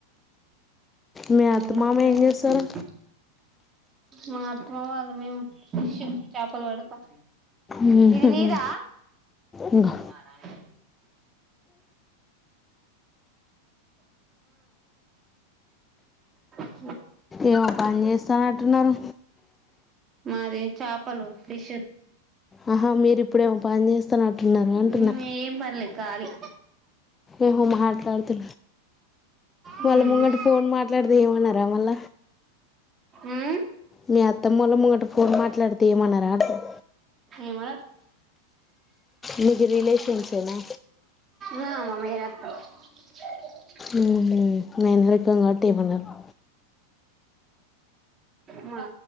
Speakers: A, on the left (about 15°); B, on the right (about 25°).
A: మీ అత్త
B: మెట్ల
A: మామ
B: మీదకు
A: చేస్తారు
B: పోవాలి ఏం చేత్తరు మా అత్తమ వాళ్ళు మేము ఫిష్ చాపలు పడతం
A: మ్మ్.
B: ఇది నీదా
A: ఇంగో
B: హచ్ ఆ
A: ఏమో పని చేస్తన్నట్టరు
B: మాది చాపలు ఫిష్
A: ఆహా మీరు ఇప్పుడేమో పని చేస్తునటున్నారు అంటున్నా
B: ఉమ్ ఏం పనిలేదు ఖాళీ
A: ఏమో మాట్లాడు తు
B: ఉమ్
A: వాళ్ళ ముంగట ఫోన్ మాట్లాడితే ఏమనరా మళ్ళ
B: ఉమ్
A: మీ అత్తమ్మోల ముంగట ఫోన్ మాట్లాడితే ఏమనరా అంటున్న
B: ఏమనరు
A: మీకు రిలేషన్సే నా
B: నా <unintelligible>
A: ఉహూ నేన్ రెడ్ సం గట్టి ఏమనరు
B: మ